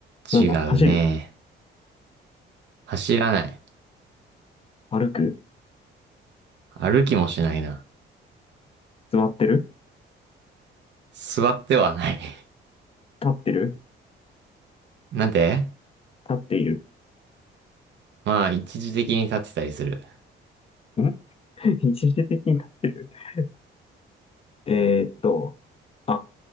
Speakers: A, on the left (about 30°); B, on the right (about 65°).
A: なんだ、
B: 違うね。
A: 走る
B: 走らない。
A: 歩く
B: 歩きもしないな。
A: 座ってる
B: 座ってはない。<laughs>
A: 立ってる
B: なんて
A: 立っている
B: まあ、一時的に立ってたりする。
A: ん <laughs> 一時的になってる。<laughs> えーっと、あ、